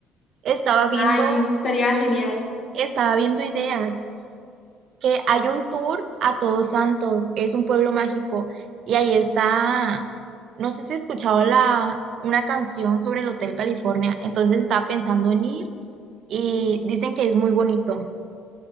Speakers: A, on the right; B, on the left.
A: Estaba viendo,
B: Ay, estaría genial.
A: estaba viendo ideas que hay un tour a Todos Santos, es un pueblo mágico y ahí está, no sé si has escuchado la una canción sobre el Hotel California, entonces estaba pensando en ir y dicen que es muy bonito.